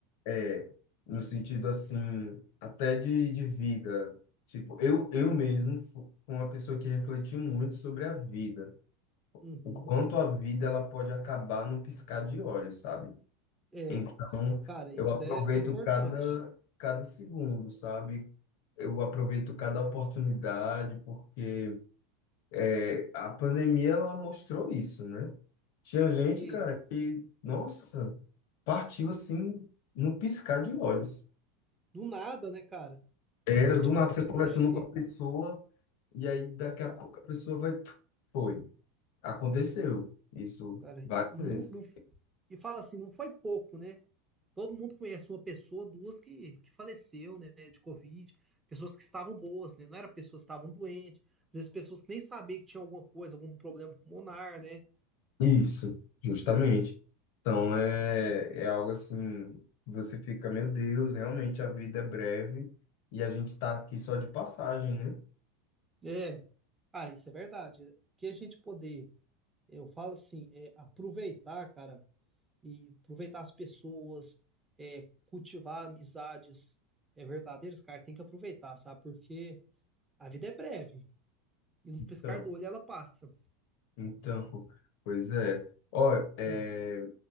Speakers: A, on the left (about 65°); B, on the right (about 20°).
A: É, no sentido, assim, até de, de vida. Tipo, eu, eu mesmo fu- fui uma pessoa que refleti muito sobre a vida.
B: Uhum.
A: o quanto a vida ela pode acabar num piscar de olhos, sabe?
B: É,
A: Então,
B: cara, isso
A: eu aproveito
B: é importante.
A: cada, cada segundo, sabe? Eu aproveito cada oportunidade, porque é, a pandemia ela mostrou isso, né? Tinha gente,
B: Porque
A: cara, que, nossa, partiu assim, no piscar de olhos.
B: do nada, né, cara?
A: Era
B: E tipo
A: do nada
B: assim,
A: você conversando
B: hoje
A: com a pessoa, e aí daqui
B: passar,
A: a pouco a pessoa vai. Foi. Aconteceu isso
B: cara, e
A: várias vezes.
B: não, não- e fala assim, não foi pouco, né? Todo mundo conhece uma pessoa, duas que, que faleceu, né, de Covid, pessoas que estavam boas, né? Não era pessoas que estavam doentes, às vezes pessoas que nem sabiam que tinha alguma coisa, algum problema pulmonar, né?
A: Isso, justamente. Então é, é algo assim, você fica, meu Deus, realmente a vida é breve e a gente tá aqui só de passagem, né?
B: É, cara, isso é verdade. É, Que a gente poder Eu falo assim, é, aproveitar, cara, e aproveitar as pessoas, é, cultivar amizades é, verdadeiras, cara, tem que aproveitar, sabe? Porque a vida é breve e num
A: Então,
B: piscar do olho ela passa.
A: então, pois é. Ó, é,
B: Uhum.